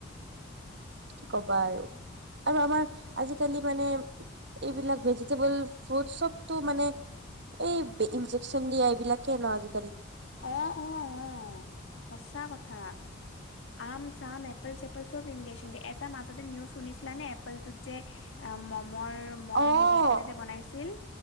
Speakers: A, on the right (about 55°); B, on the left (about 65°).
A: কি ক'বা আৰু। আৰু আমাৰ আজিকালি মানে এইবিলাক ভেজিটেবল ফ্ৰুট চবতটো মানে এই ইনজেকচন দিয়া এইবিলাকে ন আজি
B: অ', অ' অ' সঁচা কথা। আম চাম, এপ্পল চেপল, চব ইঞেশ এটা মাজতে নিউজ শুনিছলা নে এপল তোত যে উম মৰ মম
A: অ',
B: দি পিনে যে বনাইছিল?